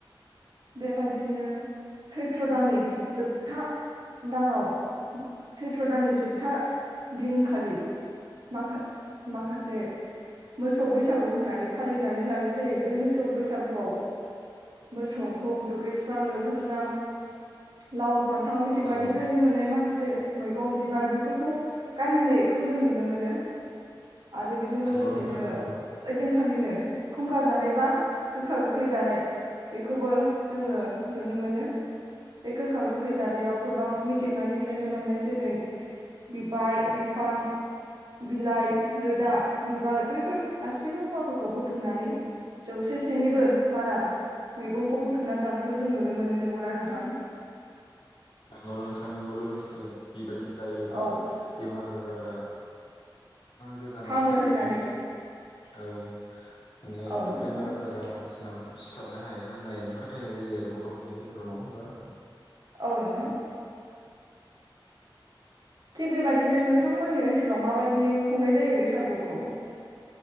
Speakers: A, on the right (about 55°); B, on the left (about 75°).
A: बेबायदिनो सैथ्र' दानि जोबथा दानाव सैत्र' दाननि जोबथा दिनखालि माखा माखासे मोसौ बैसागु होननानै फालिनानै लानाय जायो बे मोसौ बैसागुआव मोसौखौ दुगैस्रां लोबहोस्रां लाव फन्थाव मिथिंगानिफ्रायनो
B: औ औ
A: मोननाय माखासे से मैगं बिबार बेफोरखौ गानहोनायखौ जों नुनो मोनो। आरो बेजों लोगोसेनो
B: नंगौ नोंथां नंगौ
A: ओदिन खालिनो खुंखा जानाय बा गोखा गोखै जानाय बेखौबो जोङो नुनो मोनो बे गोखा गोखै जानायाव गोबां मिथिंगानिफ्रायनो मोननाय जेरै बिबार, बिफां, बिलाइ, रोदा, बिबार बैफोर गासैबो मुवाफोरखौ बुथुमनानै जौसे सेनिबो बारा मैगंखौ बुथुमना जानायखौ जों नुनो मोनो नंगौना नोंथां?
B: नोंथां नोंथां नोंगौ लोगोसे बेबायदि जायोबा
A: औ
B: बेमार आजारा गोजानाव
A: हामो
B: थायो
A: होननानै
B: औ माने
A: औ नोंथां
B: बेमार आजारा मानसि सिथाबनो हाया होननानै फोथायनाय जायो आरो बर'फोरनि गेजेराव नङा होमबा?
A: औ नोंथां। थिग बेबाददिनो नोंथांमोननि ओनसोलाव माबायदियै खुंनाय जायो बैसागुखौ?